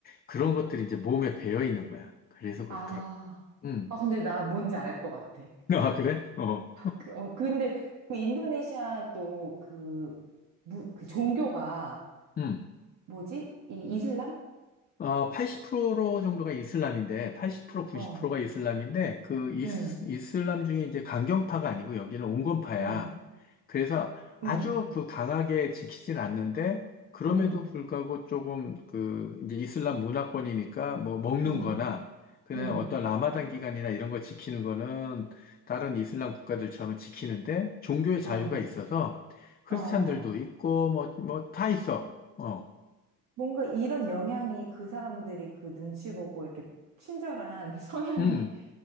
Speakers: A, on the left; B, on the right.
A: 그런 것들이 이제 몸에 배어 있는 거야. 그래서
B: 아,
A: 그렇더라고. 음.
B: 아, 근데 나 뭔지 알 것 같아.
A: 아, 그래? 어.
B: 그, 어, 근데 그 인도네시아 또 그, 무, 그 종교가
A: 음.
B: 뭐지? 이 이슬람?
A: 어, 80% 정도가 이슬람인데, 80%
B: 어,
A: 90%가 이슬람인데, 그 이스,
B: 음,
A: 이슬람 중에 이제 강경파가 아니고 여기는 온건파야.
B: 음,
A: 그래서 아주
B: 음,
A: 그 강하게 지키진 않는데, 그럼에도
B: 음,
A: 불구하고 조금 그 이제 이슬람 문화권이니까 뭐 먹는
B: 음,
A: 거나, 그냥
B: 음,
A: 어떤 라마단 기간이나 이런 거 지키는 거는 다른 이슬람 국가들처럼 지키는데, 종교의 자유가
B: 어,
A: 있어서 크리스찬들도
B: 어, 어.
A: 있고, 뭐, 뭐 다 있어. 어,
B: 뭔가 이런 영향이 그 사람들이 그 눈치 보고 이렇게 친절한 <laughs> 성향에
A: 음.